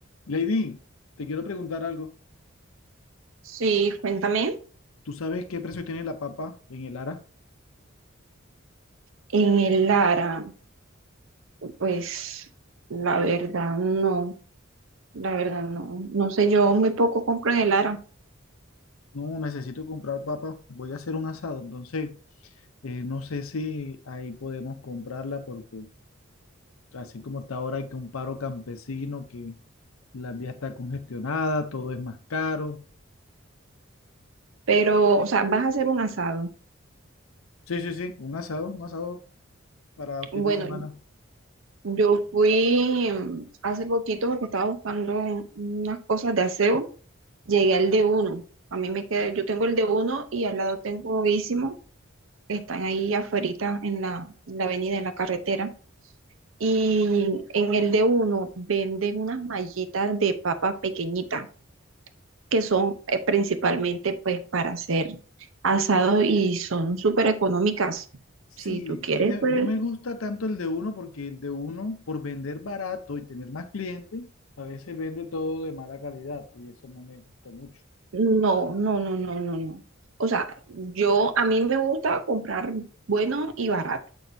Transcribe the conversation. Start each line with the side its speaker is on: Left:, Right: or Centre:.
Left: Lady, te quiero preguntar algo.
Right: Sí, cuéntame.
Left: ¿Tú sabes qué precio tiene la papa en el Ara?
Right: En el Lara, pues la verdad no, la verdad no, no sé, yo muy poco compro en el Lara,
Left: No, necesito comprar papa. Voy a hacer un asado, entonces eh, no sé si ahí podemos comprarla porque así como está ahora hay que un paro campesino, que la vía está congestionada, todo es más caro.
Right: pero, o sea, vas a hacer un asado.
Left: Sí, sí, sí, un asado, un asado para fin
Right: Bueno,
Left: de semana.
Right: yo fui mm, hace poquito porque estaba buscando unas cosas de aseo, llegué al de uno, a mí me queda, yo tengo el de uno y al lado tengo Ísimo, que están ahí afuerita en la, en la avenida, en la carretera. Y en el de uno venden unas mallitas de papas pequeñitas, que son eh, principalmente pues para hacer asado y son súper económicas.
Left: Sí,
Right: Si tú quieres,
Left: es que
Right: pues
Left: no me gusta tanto el de uno porque el de uno, por vender barato y tener más clientes, a veces vende todo de mala calidad y eso no me gusta mucho.
Right: no, no, no, no, no, no. O sea, yo a mí me gusta comprar bueno y barato.